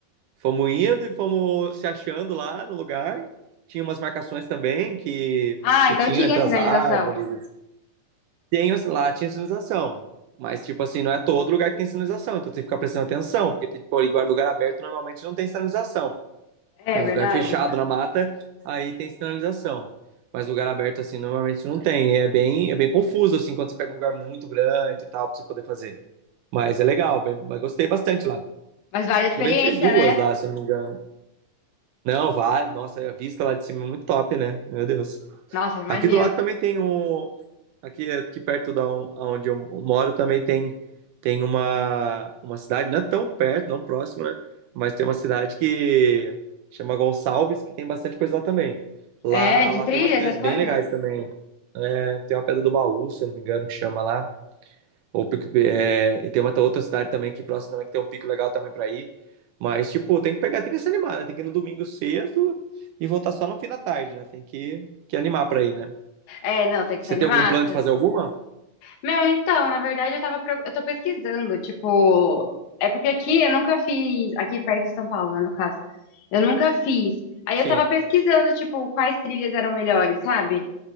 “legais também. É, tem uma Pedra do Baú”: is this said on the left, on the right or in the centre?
Right